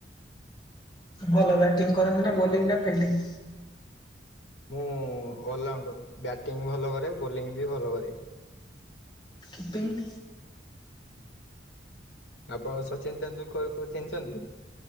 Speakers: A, on the left (about 25°); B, on the left (about 80°).
A: ଭଲ ବ୍ୟାଟିଂ କରନ୍ତି ନା ବୋଲିଂ ନା ଫିଲ୍ଡିଂ?
B: ମୁଁ ଅଲରାଉଣ୍ଡର୍ ବ୍ୟାଟିଂ ଭଲ କରେ, ବୋଲିଂ ବି ଭଲ କରେ।
A: କିପିଙ୍ଗ?
B: ଆପଣ ସଚିନ ତେନ୍ଦୁଲୁକର କୁ ଚିହ୍ନିଛନ୍ତି?